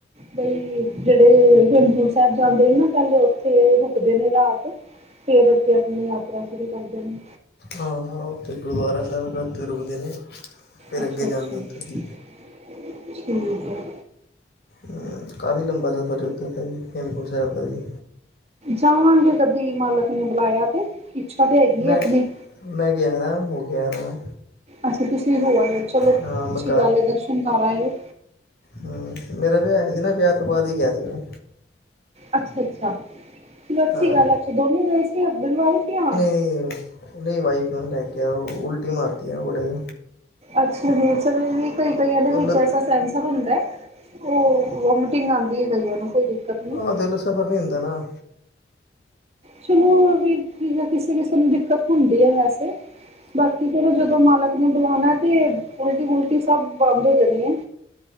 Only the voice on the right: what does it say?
ਬਈ ਜਿਹੜੇ ਹੇਮਕੁੰਟ ਸਾਹਿਬ ਜਾਂਦੇ ਨੇ ਨਾ ਪਹਿਲੇ ਉੱਥੇ ਰੁਕਦੇ ਨੇ ਰਾਤ ਫੇਰ ਅੱਗੇ ਆਪਣੀ ਯਾਤਰਾ ਸ਼ੁਰੂ ਕਰਦੇ ਨੇ
ਅੱਛਾ-ਅੱਛਾ
ਠੀਕ ਹੈ।
ਜਾਵਾਂਗੇ ਕਦੇ ਮਾਲਕ ਨੇ ਬੁਲਾਇਆ ਤੇ ਇੱਛਾ ਤਾਂ ਹੈਗੀ
ਹੈ ਆਪਣੀ
ਅੱਛਾ ਤੁਸੀਂ ਹੋ ਆਏ ਹੋ ਚਲੋ ਅੱਛੀ
ਗੱਲ ਹੈ ਦਰਸ਼ਨ ਕਰ ਆਇਓ
ਅੱਛਾ-ਅੱਛਾ ਚਲੋ ਅੱਛੀ
ਗੱਲ ਹੈ ਅੱਛਾ ਦੋਨੇ ਸੀ ਹਸਬੈਂਡ ਵਾਈਫ ਜਾ ਆਪ
ਅੱਛਾ ਜੀ <unintelligible> ਵੀ ਕਈ, ਕਈ ਇਹਦੇ
ਵਿੱਚ
ਐਸਾ ਸੈਸਰ ਹੁੰਦਾ ਏ। ਓਹ ਵੋਮਟਿੰਗ ਆਉਂਦੀ ਹੈ ਕਈਆਂ ਨੂੰ ਕੋਈ ਦਿੱਕਤ ਨਹੀਂ।
ਚਲੋ ਹੋਰ ਵੀ ਕਿਸੇ- ਕਿਸੇ ਨੂੰ ਦਿੱਕਤ ਹੁੰਦੀ ਹੈ, ਵੈਸੇ ਬਾਕੀ ਫੇਰ ਜਦੋਂ ਮਾਲਕ ਨੇ ਬੁਲਾਣਾ ਤੇ ਉਲਟੀ -ਵੁਲਟੀ ਸਭ ਬੰਦ ਹੋ ਜਾਣੀ ਹੈ।